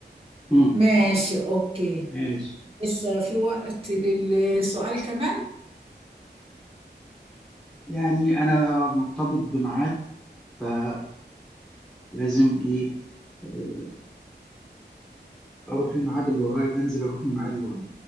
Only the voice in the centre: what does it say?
مم.
ماشي
يعني انا مرتبط بميعاد فلازم ايه آه، اروح الميعاد اللي ورايا انزل اروح الميعاد اللي ورايا